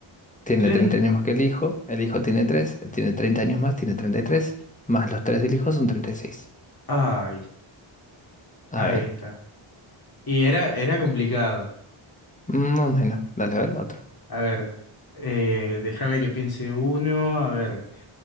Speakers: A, on the left; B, on the left.
A: Tiene
B: Tren...
A: treinta años más que el hijo. El hijo tiene tres. Él tiene 30 años más, tiene 33. Más los 3 del hijo son treinta y seis.
B: Ay,
A: A
B: ahí
A: ver,
B: está. Y era, era complicado.
A: más o menos. Dale, a ver, otro.
B: A ver, eh, déjame que piense uno. A ver,